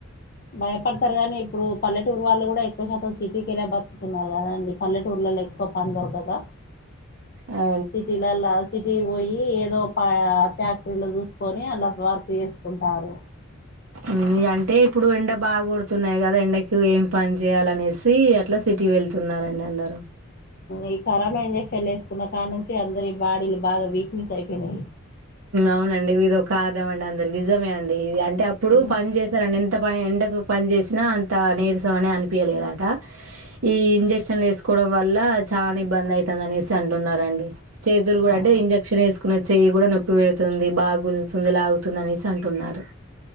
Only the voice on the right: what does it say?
ఆ
ఊ అంటే ఇప్పుడు ఎండ బాగా కొడుతున్నాయి కదా ఎండకు ఏమి పని చేయాలనేసి అట్లా సిటీ వెలు తున్నారు వెళ్తున్నారండి అందరూ
అవునండి ఇది ఒక ఆదాం అండి అందరు నిజమే అండి అంటే అప్పుడు
పని చేశారండి ఎంత ంత పని ఎండకు పని చేసినా అంత నీరసం అని అనిపీయలేదట ఈ ఇంజక్షన్లు వేసుకో <unintelligible> వల్ల చానా ఇబ్బంది అయితాందనేసి అంటున్నారండి చేతులు కూడా
అంటే ఇంజక్ క్షన్ వేసుకున్న చెయ్యి కూడా నొప్పి పెడుతుంది బాగా గుంజుతుంది లాగుతుంది అనేసి అంటున్నారు